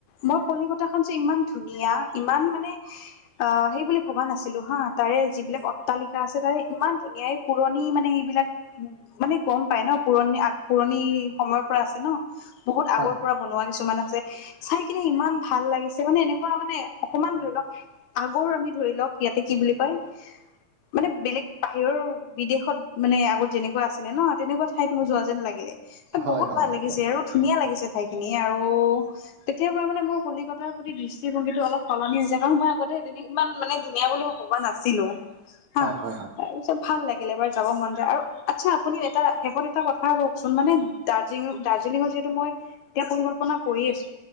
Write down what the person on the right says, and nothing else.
হয়
হয়
হয়
একদম
হয় হয় হয়